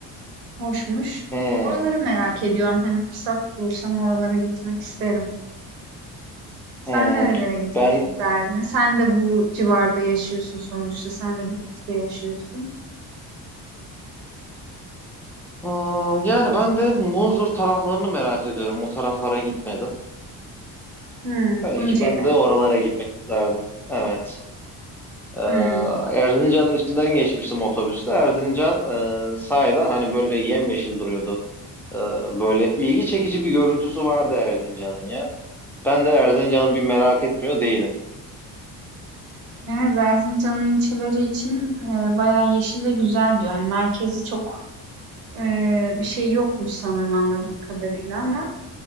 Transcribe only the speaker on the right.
hoşmuş.
Oraları merak ediyorum. Hani, fırsat bulursam oralara gitmek isterim. Sen
nerelere gitmek
isterdin? Sen de bu civarda yaşıyorsun sonuçta. Sen de Bitlis'te yaşıyorsun.
Hımm,
Tunceli.
Hımm.
Evet, Erzincan'ın ilçeleri için, eee, bayağı yeşil ve güzel diyor. Yani merkezi çok, eee, bir şey yokmuş sanırım anladığım kadarıyla ama